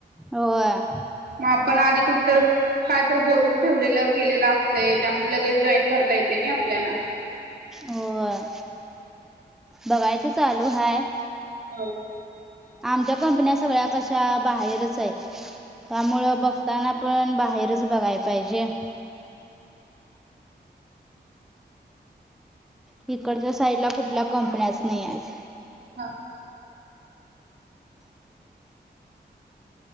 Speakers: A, in the centre; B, on the right.
A: होय
B: मग आपण आधी कुठ तर काय तर बोलून ठेवलेलं. केलेला असत त्यामुळे लगेच जॉईन करता येते नाही आपल्याला
A: होय बघायचं चालू हाय.
B: हो.
A: आमच्या कंपन्या सगळ्या कशा बाहेरच आहेत त्या मुळं बघताना पण बाहेरच बघाय पाहिजे. इकडच्या साईडला कुठल्या कंपन्याच नाहीयात.
B: हा.